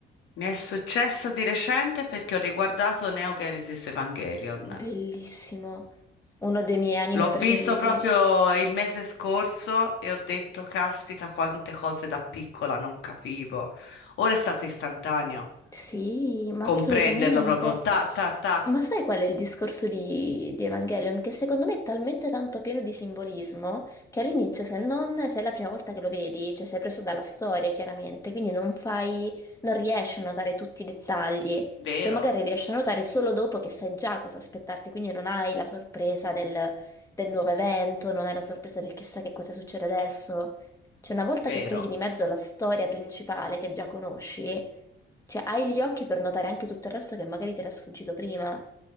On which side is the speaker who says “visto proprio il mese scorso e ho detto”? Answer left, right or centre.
Left